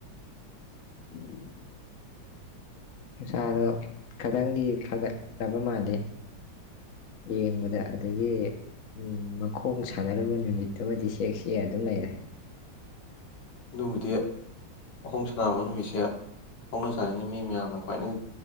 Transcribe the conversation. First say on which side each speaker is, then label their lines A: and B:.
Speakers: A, on the left (about 55°); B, on the left (about 80°).
A: ꯎꯝ ꯎꯁꯥꯗꯣ ꯈꯤꯇꯪꯗꯤ ꯐꯒꯠꯂꯕ ꯃꯥꯜꯂꯤ ꯌꯦꯡꯕꯗ ꯑꯗꯒꯤ ꯃꯈꯣꯡ ꯁꯥꯟꯅꯔꯨꯕ ꯅꯨꯃꯤꯠꯇꯨꯃꯗꯤ ꯁꯦꯛ ꯁꯦ ꯑꯗꯨꯝ ꯂꯩꯔꯦ
B: ꯑꯗꯨꯕꯨꯗꯤ ꯃꯈꯣꯡ ꯁꯅꯕ ꯅꯨꯃꯤꯠꯁꯦ ꯍꯧꯅ ꯁꯥꯟꯅꯤꯡꯉꯤ ꯃꯤ ꯃꯌꯥꯝꯅ ꯈ꯭ꯋꯥꯏꯗꯒꯤ